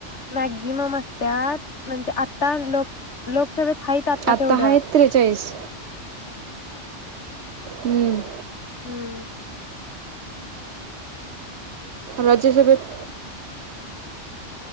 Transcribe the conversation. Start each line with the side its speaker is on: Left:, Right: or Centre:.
Left: मॅक्झिमम असत्यात म्हणजे आता लोक लोकसभेत हाईत आता
Right: आत्ता
Left: तेवढं
Right: हायेत त्रेचाळीस हम्म
Left: हम्म
Right: राज्यसभेत